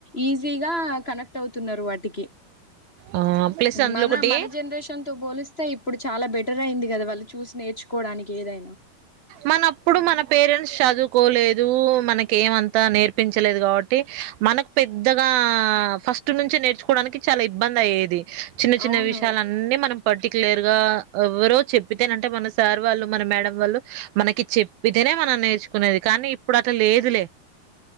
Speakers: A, on the left; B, on the right.
A: ఈజీగా కనెక్ట్ అవుతున్నారు వాటికి
B: ఆ ప్లస్ అందులో
A: మన
B: ఒకటి
A: మన జెనరేషన్ తూ బో ఇప్పుడు చాలా బెటర్ అయింది కదా వాళ్ళు చూసి నేర్చుకోవడానికి ఏదైనా
B: మనప్పుడు మన పేరెంట్స్ చదువుకోలేదు మనకి ఏమంతా నేర్పించలేదు కాబట్టి మనకు పెద్దగా ఫస్ట్ నుంచి నేర్చుకోవడానికి చాలా ఇబ్బంది అయ్యేది చిన్న చిన్న
A: అవును
B: విషయాలన్నీ మనం పర్టిక్యులర్ గా ఎవరో చెప్పితేనంటే మనస్ సార్ వాళ్ళు మన మేడం వాళ్ళు, మనకి చెప్పితేనే మనం నేర్చుకునేది కానీ ఇప్పుడు అట్లా లేదులే‌.